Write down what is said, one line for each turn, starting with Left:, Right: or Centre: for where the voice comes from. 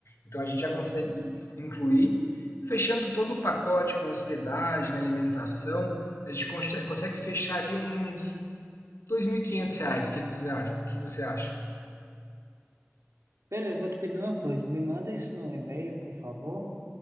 Left: Então a gente já
Right: Aham.
Left: consegue incluir, fechando todo o pacote com hospedagem, alimentação, a gente consegue fechar ali uns 2.500 reais. O que você acha? O que você acha?
Right: Pedro, eu vou te pedir uma coisa. Me manda isso no e-mail, por favor,